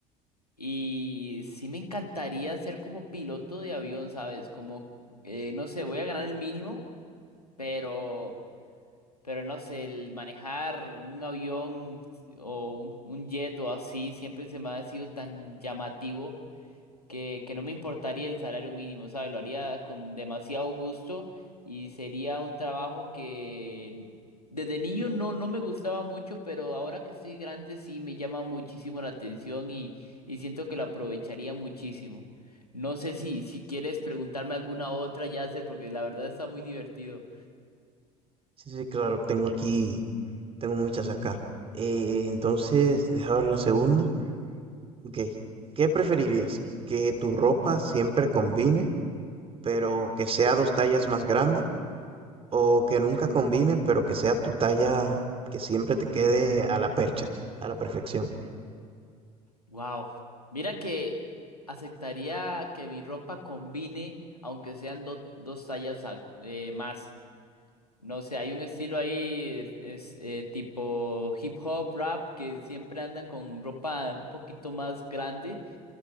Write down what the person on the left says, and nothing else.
y sí me encantaría ser como piloto de avión, ¿sabes? Como, eh, no sé, voy a ganar el mínimo, pero, pero no sé, el manejar un avión o un un jet o así siempre se me ha sido tan llamativo. que, que no me importaría el salario mínimo, ¿sabes? Lo haría con demasiado gusto y sería un trabajo que desde niño no, no me gustaba mucho, pero ahora que estoy grande sí me llama muchísimo la atención y, y siento que lo aprovecharía muchísimo. No sé si, si quieres preguntarme alguna otra, ya sé, porque la verdad está muy divertido.
Wow. Mira que aceptaría que mi ropa combine, aunque sean do- dos tallas a- eh, más. No sé, hay un estilo ahí, es, es, eh, tipo hip hop, rap, que siempre andan con ropa un poquito más grande